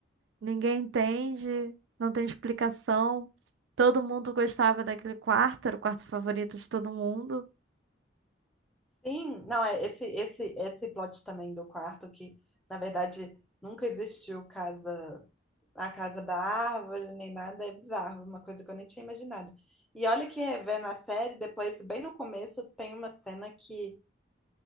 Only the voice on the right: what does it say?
Ninguém entende, não tem explicação. Todo mundo gostava daquele quarto, era o quarto favorito de todo mundo.